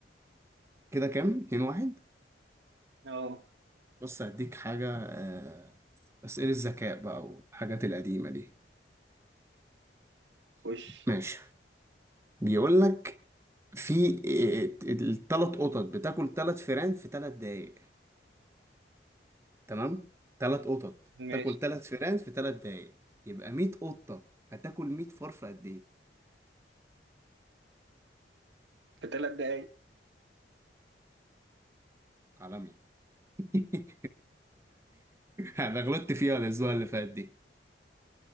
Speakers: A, on the right; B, on the right.
A: كده كام 2 1
B: اه
A: بص هديك حاجة آه، أسئلة الذكاء بقى والحاجات القديمة دي
B: وش
A: ماشي بيقول لك في الثلاث قطط بتاكل ثلاث فئران في ثلاث دقايق تمام ثلاث قطط
B: ماشي
A: تاكل ثلاث فئران في ثلاث دقايق يبقى 100 قطة هتاكل 100 فار في قد ايه
B: في ثلاث دقايق
A: عالمي <laughs> انا غلطت فيها الاسبوع اللي فات دي